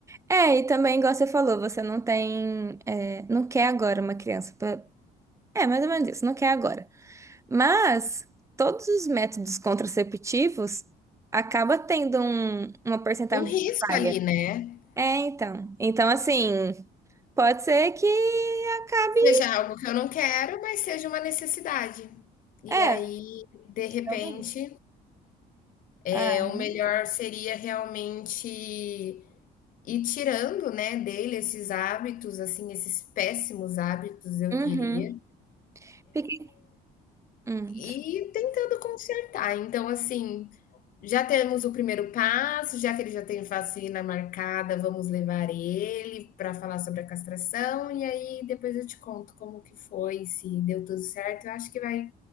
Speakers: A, on the right; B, on the left.
A: É, e também, igual você falou, você não tem, é, não quer agora uma criança. É, mais ou menos isso, não quer agora. Mas todos os métodos contraceptivos acaba tendo um- uma porcentagem
B: Um risco
A: de falha.
B: ali, né.
A: É, então. Então, assim, pode ser que acabe.
B: Seja algo que eu não quero, mas seja uma necessidade. E aí,
A: É,
B: de repente,
A: realmente.
B: é,
A: Ah,
B: o melhor seria realmente ir tirando, né, dele esses hábitos, assim, esses péssimos hábitos, eu
A: uhum.
B: diria,
A: Fiquei. hum,
B: e tentando consertar. Então, assim, já temos o primeiro passo, já que ele já tem vacina marcada, vamos levar ele para falar sobre a castração, e aí depois eu te conto como que foi, se deu tudo certo. Eu acho que vai